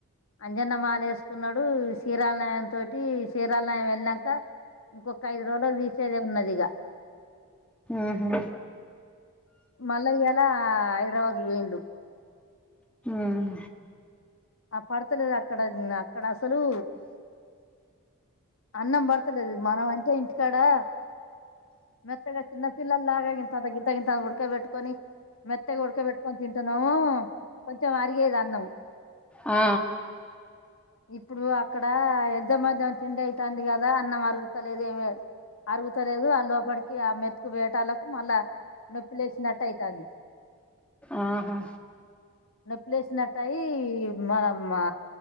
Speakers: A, on the left; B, in the centre.
A: అంజన్న మాలేస్ కున్నాడు చీరాల్నె తోటి చీరాల్నె వెళ్ళి నాక ఇక ఇంకొక్క ఐదు రోజులు వ ఇచ్చేదె మున్నది ఇగ
B: ఉహు
A: మళ్ళా ఇయాల హైదరాబాద్ పోయిండు
B: ఉమ్
A: ఆ పడ్తలేదు అక్కడన్ అక్కడ స్సలూ అన్నం పడతలేదు మనం అంటే ఇంటికాడా మెత్తగా చిన్న పిల్లల్లాగా ఇంత ఇంతగింత ఉడకబెట్టుకొని మెత్తగా ఉడకబట్టుకొని తిం ఇతనూ కొంచెం అరిగేది అన్నం
B: ఆ
A: ఇప్పుడు అక్కడ ఎద్ద మధ్యం తిండి అయితుంది కదా అన్నం అరుగుతలేదు ఏమి అరుగుతలేదు అ లోపడికి ఆ మెతుకు వేటాలకు మళ్ళా నొప్పి లేస్తునట్టయితాంది
B: ఆహా
A: నొప్పి లేసినట్టయి మరమ్మా